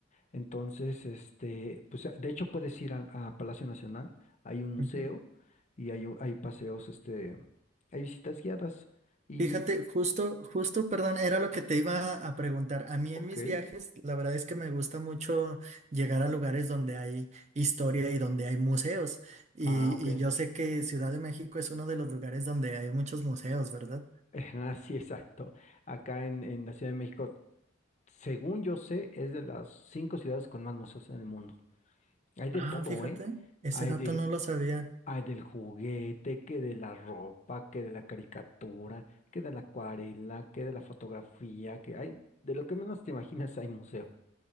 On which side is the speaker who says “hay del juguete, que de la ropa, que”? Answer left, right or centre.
Left